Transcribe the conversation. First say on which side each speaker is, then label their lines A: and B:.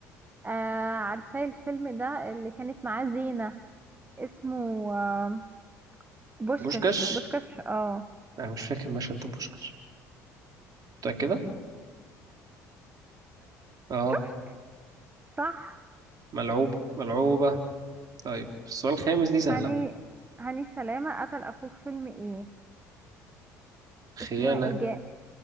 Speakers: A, on the right (about 20°); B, on the right (about 50°).
A: آه عارفه الفيلم ده اللي كانت معاه زينة اسمه آه بوشكش
B: بوشكاش
A: بوشكش اه
B: أنا مش فاكر مشهد ده بوشكاش متأكدة اه
A: شفت صح
B: ملعوبة ملعوبة طيب السؤال الخامس دي سهلة
A: هاني هاني سلامة قتل اخوه في فيلم ايه
B: خيانة
A: اسمه ايه جا-